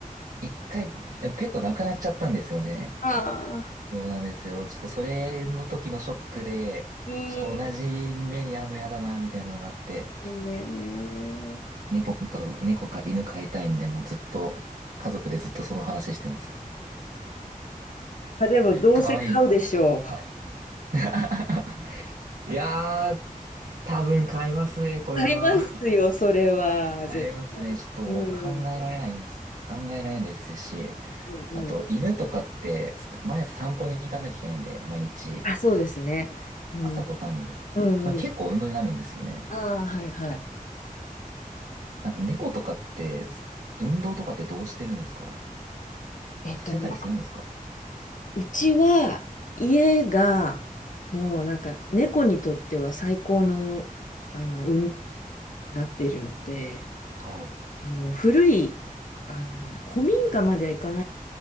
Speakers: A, on the right (about 60°); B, on the left (about 60°).
A: 一回、ペットなくなっちゃったんですよね。
B: ああ、
A: そうなんですよ。ちょっとそれの時のショックで、
B: うん、
A: ちょっと同じ目に遭うのやだな、
B: い
A: みたいなのがあって、
B: いね。
A: 猫と、猫か犬飼いたいんで、もうずっと、家族でずっとその話してます。
B: あ、でもどうせ買うでしょう。
A: かわいい。はい。<laughs> いやー、多分買いますね、これは。
B: 買いますよ、それは。
A: 買いますね。
B: 絶
A: ちょっともう考えられないます。
B: うん、
A: 考えられないですし、
B: うんうん。
A: あと犬とかって、毎朝散歩に行かなきゃいけないんで、毎日、
B: あ、そうですね。うん、
A: 朝と晩に。
B: うんうん。
A: あ結構運動になるんですよね。
B: ああ、はいはい。
A: なんか猫とかって、運動とかってどうしてるんですか
B: えっとね、
A: させたりするんですか
B: うちは家はもうなんか猫にとっては最高の、あの、で、
A: ああ、
B: あの、いいあの民家まではいかん